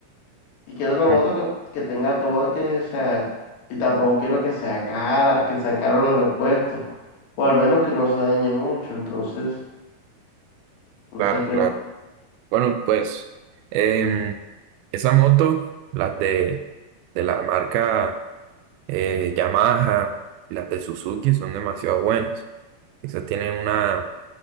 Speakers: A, on the left; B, on the right.
A: y quiero una moto
B: Mm,
A: que, que tenga torque, o sea, y tampoco quiero que sea cara, que sean caros los repuestos, o al menos que no se dañe mucho, entonces, no
B: Claro,
A: sé qué,
B: claro. Bueno, pues em, esa moto, las de, de la marca eh, Yamaha y las de Suzuki son demasiado buenas. Esas tienen una,